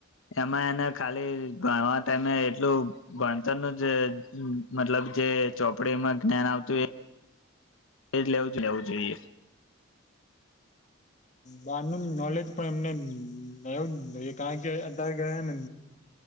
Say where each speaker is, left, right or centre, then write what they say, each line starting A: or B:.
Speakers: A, on the left (about 85°); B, on the left (about 35°).
A: એમાં એને ખાલી ભણવા ટાઈમે એટલું ખુબ ભણતરનું જે મતલબ જે ચોપડીમાં જ્ઞાન આવતું એ એ જ લેવું જ લેવું જોઈએ
B: બારનું નોલેજ પણ એમને એવું કારણ કે તારે ઘરે હે ને